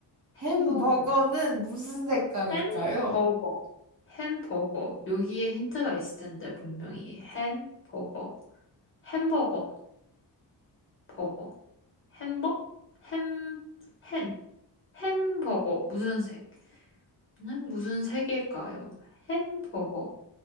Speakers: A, on the right; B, on the left.
A: 햄버거는
B: 햄버거.
A: 무슨 색깔일까요?
B: 햄버거. 햄버거. 여기에 힌트가 있을 텐데, 분명히. 햄버거. 햄버거. 햄버거. 햄버? 햄, 햄. 햄버거. 무슨 색? 는 무슨 색일까요? 햄버거.